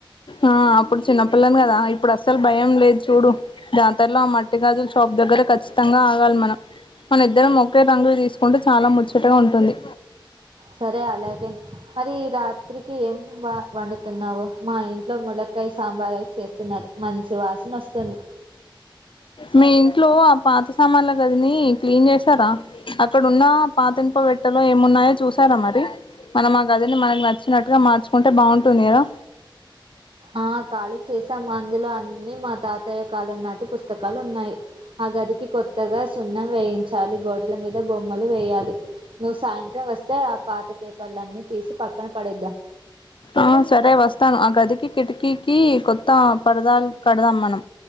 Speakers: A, on the left; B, on the right.
A: ఆ అప్పుడు చిన్నపిల్లని కదా ఇప్పుడు అస్సలు భయం లేదు చూడు జాతరలో ఆ మట్టి గాజులు షాప్ దగ్గరే ఖచ్చితంగా ఆగాలి మనం మన ఇద్దరం ఒకే రంగులు తీసుకుంటే చాలా ముచ్చ టగా ఉంటుంది
B: సరే అలాగే మరి రాత్ రాత్రికి ఏం వ వండుతున్నావు మా ఇంట్లో ములక్కాయ్ సాంబారవి చేస్తున్నారు మంచి వాసన వస్తుంది
A: మీ ఇంట్లో ఆ పాత సామాన్ల గదిని క్లీన్ చేసారా అక్కడున్న పాతిన్ప పెట్టలో ఏమున్నాయో చూసారా మరి, మనం ఆ గదిని మనకు నచ్చినట్టు గా మార్చుకుంటే బాగుంటుంది కదా
B: ఆ ఖాళీ చేసాం అందులో అన్నీ మా తాతయ్య కాలం నాటి పుస్తకాలు ఉన్నాయి, ఆ గదికి కొత్తగా సున్నం వేయించాలి గోడల మీద బొమ్మలు వేయాలి నువ్వు సాయంత్రం వస్తే ఆ పాత పేపర్లన్నీ తీసి పక్కన పడేద్దాం
A: ఆ సరే వస్తాను ఆ గదికి కిటికీకి కొత్త పరదాలు కడదాం మనం